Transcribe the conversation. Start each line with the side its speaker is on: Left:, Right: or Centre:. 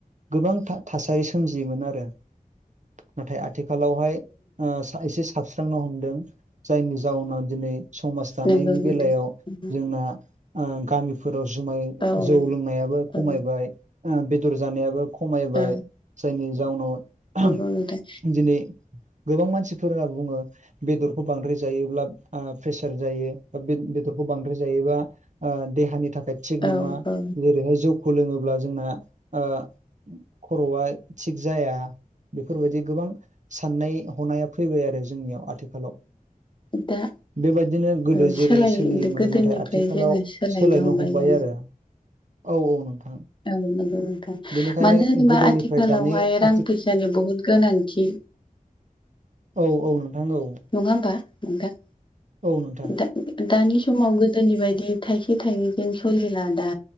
Right: गोबां था थासारि सोमजियोमोन आरो नाथाय आथिखालावहाय ओ सा एसे साबस्रांनो हमदों जायनि जाउनाव दिनै। समाज दानायनि
Left: नंगौ नोंथां
Right: बेलायाव जोंना ओ गामिफोराव जुमाय।
Left: औ
Right: जौ लोंनायाबो
Left: औ
Right: खमायबाय बेदर जानायाबो खमायबाय।
Left: औ
Right: जायनि जाउनाव
Left: नंगौ नोंथां
Right: दिनै। गोबां मानसिफोरा बुङो बेदरखौ बांद्राय जायोब्ला प्रेसार आ जायो। बेदरखौ बांद्राय जायोबा ओ देहानि थाखाय थिग
Left: औ
Right: नङा
Left: औ
Right: जेरैहाय जौ खौ लोङोब्ला जोंना ओ खर'आ थिग जाया। बेफोरबायदि गोबां साननाय हनाया फैबाय आरो जोंनियाव आथि
Left: दा
Right: बेबायदिनो गोदो
Left: औ
Right: जेरै
Left: सोलाय
Right: सोलियोमोन
Left: गोदोनिफ्राय
Right: नाथाय आथिखालाव
Left: जोङो
Right: सोलायनो हमबाय
Left: जों
Right: आरो औ औ नोंथां।
Left: औ नंगौ नोंथां
Right: बेनिखायनो
Left: मानो होनोबा
Right: गोदोनिफ्राय
Left: आथिखालावहाय
Right: दानि
Left: रां
Right: आथि
Left: फैसानि बुहुद गोनांथि।
Right: औ औ नोंथां औ।
Left: नङा होमबा नोंथां।
Right: औ नोंथां।
Left: दा दानि समाव गोदोनि बायदि थाइसे थाइनैजों सलिला दा